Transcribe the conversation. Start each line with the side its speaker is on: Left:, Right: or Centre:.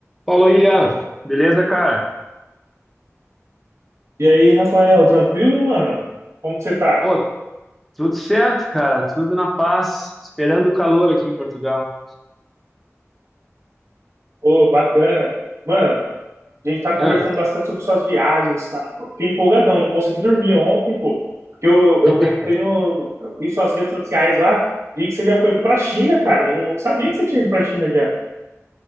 Centre: Fala, William. Beleza, cara?
Right: E aí, Rafael, tranquilo, mano? Como que você tá?
Centre: Pô, tudo certo, cara. Tudo na paz. Esperando o calor aqui em Portugal.
Right: Ô, bacana. Mano, a gente tá conversando
Centre: Hã?
Right: bastante sobre suas viagens, tá? Fiquei empolgadão, não consegui dormir ontem, pô. Porque eu, eu
Centre: <laughs>
Right: entrei no. eu Vi suas redes sociais lá, vi que você já foi pra China, cara. Não, não sabia que você tinha ido pra China já.